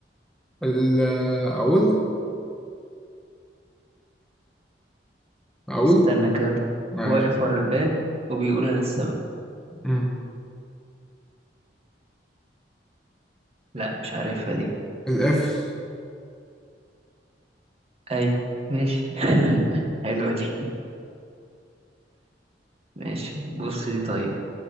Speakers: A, in the centre; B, on the right.
A: ال- أقول أقول
B: استنى كده طب
A: ماشي
B: واقف ورا الباب وبيقول أنا السبب
A: مم.
B: لا مش عارفها دي
A: القفل
B: أي ماشي <laughs> حلوة دي ماشي بص دي طيب